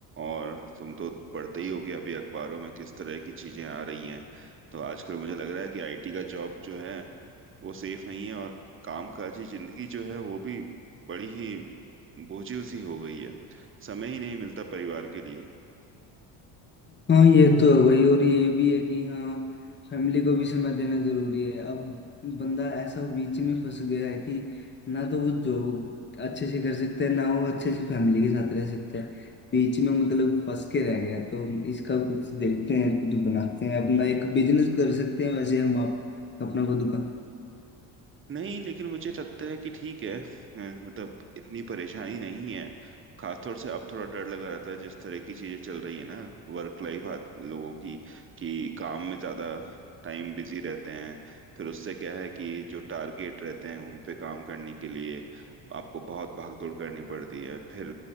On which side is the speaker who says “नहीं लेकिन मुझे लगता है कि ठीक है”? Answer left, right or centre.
Right